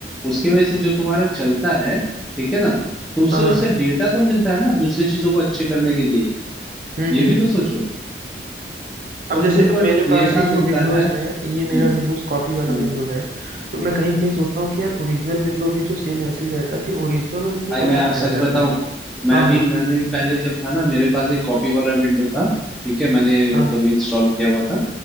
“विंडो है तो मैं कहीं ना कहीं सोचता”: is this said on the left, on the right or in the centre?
Right